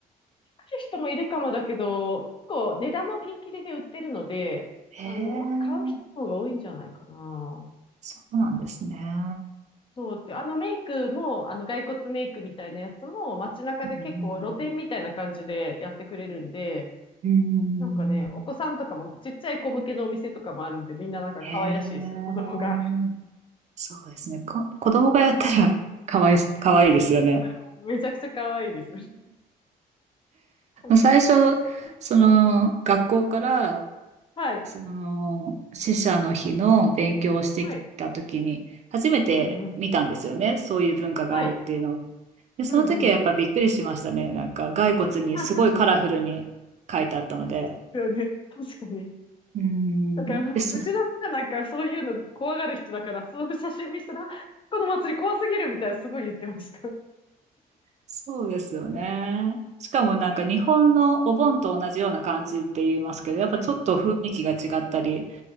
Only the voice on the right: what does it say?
へえ、
そうなんですね。
うんうんうん。
うんうんうん
へえ、
そうですね。こ、子供がやったら <laughs> かわい、かわいいですよね。
最初、その、学校から
その、死者の日の勉強をしてきた時に、
初めて見たんですよね。
そういう文化があるっていうのを。
で、その時はやっぱびっくりしましたね。
なんか、骸骨にすごいカラフルに書いてあったので。
うーん。
で、そ、
そうですよね。しかもなんか日本のお盆と同じような感じって言いますけど、やっぱちょっと雰囲気が違ったり、